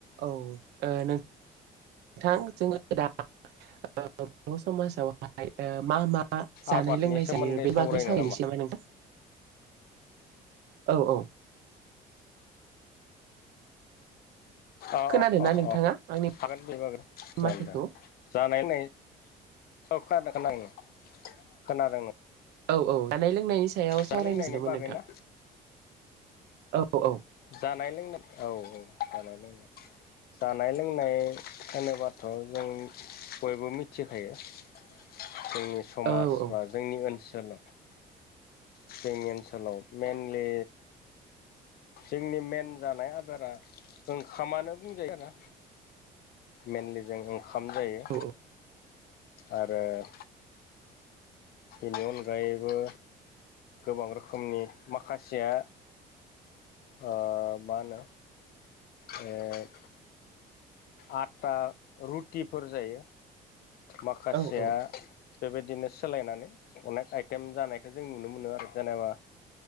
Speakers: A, on the right; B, on the left.
A: औ ओ नों नोंथां जोङो दा बर' समाजावहाय मा मा? मा जानाय
B: आबादनि
A: लोंनाय
B: सोमोन्दै
A: जायो बेनि
B: सावरायनो
A: बागै सावैनोसै नामा नोंथां? औ औ
B: अ
A: खोनादोंना
B: अ अ
A: नोंथाङा
B: अ
A: आंनि
B: हागोन बेबाबो जागोन
A: माथोखौ
B: दे जानायनाय औ खोनादों खोनादों खोनादों नो
A: औ औ जानाय लोंनायनि सायाव
B: जानाय
A: सावरायनो
B: लोंनायनि
A: सानदोंमोन
B: बागै
A: नोंथां
B: ना
A: औ औ
B: जानाय- लोंनाय औ औ जानाय -लोंनाय जानाय लोंनाय होनोबाथ' जों बयबो मिथिखायो जोंनि समाज
A: औ औ
B: बा जोंनि ओनसोलाव जोंनि ओनसोलाव मेइनलि जोंनि मेन जानाय आदारा ओंखामानो बुंजायोना मेेइनलि जों ओंखाम जायो
A: अ
B: आरो बेनि अनगायैबो गोबां रोखोमनि माखासेया ओ मा होनो? ए आटा रुटिफोर जायो माखासेया
A: औ औ
B: बेबायदिनो सोलायनानै अनेख आइटेम जानायखौ जों नुनो मोनो आरो जेनेबा